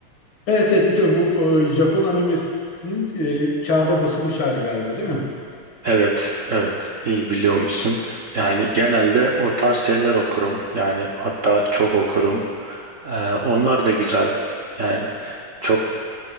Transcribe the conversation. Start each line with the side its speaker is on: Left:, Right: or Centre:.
Left: Evet evet biliyorum bu e, Japon animesinin e, kağıda basılmış hali galiba değil mi?
Right: Evet, evet. iyi biliyormuşsun. Yani genelde o tarz şeyler okurum. Yani hatta çok okurum. E, onlar da güzel. Yani çok